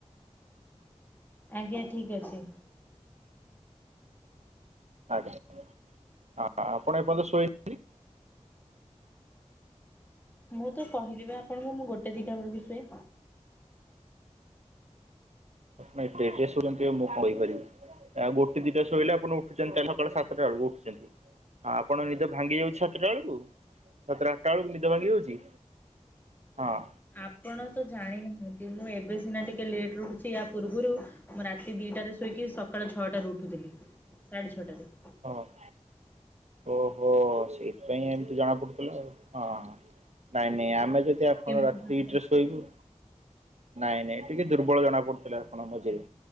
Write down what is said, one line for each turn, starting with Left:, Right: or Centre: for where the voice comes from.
Left: ଆଜ୍ଞା ଠିକ୍ ଅଛି।
Right: ଆଜ୍ଞା ଆପଣ ଏପର୍ଯ୍ୟନ୍ତ ଶୋଇନାହାଁନ୍ତି?
Left: ମୁଁ ତ କହିଲୀ ବା ଆପଣଙ୍କୁ ମୁଁ ଗୋଟେ ଦିଟା ବେଳକୁ ଶୁଏ।
Right: ନାଇଁ <unintelligible> ମୁଁ କହିପାରିବି ଆଉ ଗୋଟେ ଦିଟା ଶୋଇଲେ ଆପଣ। ଉଠୁଛନ୍ତି ତାହେଲେ ସକାଳେ ସାତଟା ବେଳକୁ ଉଠୁଛନ୍ତି। ଆପଣ ନିଦ ଭାଙ୍ଗି ଯାଉଛି ସାତଟା ବେଳକୁ ସାତଟା ଆଠଟା ବେଳକୁ ନିଦ ଭାଙ୍ଗି ଯାଉଛି? ହଁ।
Left: ଆପଣ ତ ଜାଣିନାହାନ୍ତି ମୁଁ ଏବେ ସିନା ଟିକେ ଲେଟ ରେ ଉଠୁଛି ୟା ପୂର୍ବରୁ। ମୁଁ ରାତି ଦିଟାରେ ଶୋଇକି ସକାଳ ଛଅଟାରୁ ଉଠୁଥିଲି ସାଢେ ଛଅଟାରେ।
Right: ଓହୋ। ଓହୋ ସେଇଥିପାଇଁ ଏମିତି ଜଣା ପଡୁଥିଲା ଆଉ ହଁ ହଁ ନାଇଁ ନାଇଁ ଆମେ ଯ ଆପଣ
Left: କେମିତି
Right: ରାତି
Left: ଜଣା
Right: ଦିଟାରେ
Left: ପଡୁଛି
Right: ଶୋଇବୁ। ନାଇଁ ନାଇଁ ଟିକେ ଦୁର୍ବଳ ଜଣା ପଡୁଥିଲେ ଆପଣ ମଝିରେ